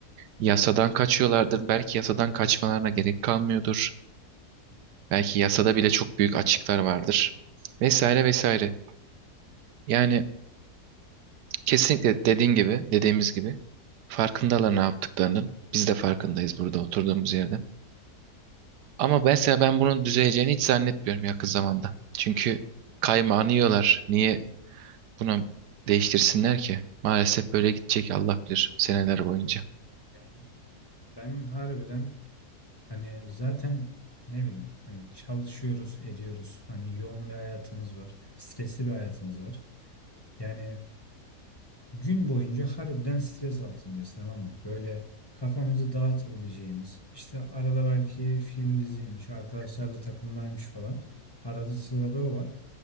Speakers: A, on the right; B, on the left.
A: Yasadan kaçıyorlardır. Belki yasadan kaçmalarına gerek kalmıyordur. Belki yasada bile çok büyük açıklar vardır. Vesaire vesaire. Yani kesinlikle dediğin gibi, dediğimiz gibi farkındalar ne yaptıklarının. Biz de farkındayız burada oturduğumuz yerde. Ama mesela ben bunun düzeleceğini hiç zannetmiyorum yakın zamanda. Çünkü kaymağını yiyorlar. Niye Bunu değiştirsinler ki. Maalesef böyle gidecek Allah bilir seneler boyunca.
B: Yani ben harbiden Hani zaten ne bileyim hani çalışıyoruz, ediyoruz. Hani yoğun bir hayatımız var. Stresli bir hayatımız var. Yani gün boyunca harbiden stres altındayız tamam mı? Böyle kafamızı dağıtabileceğimiz, işte arada belki film diziymiş, arkadaşlarla takılmaymış falan. Arada sırada o var.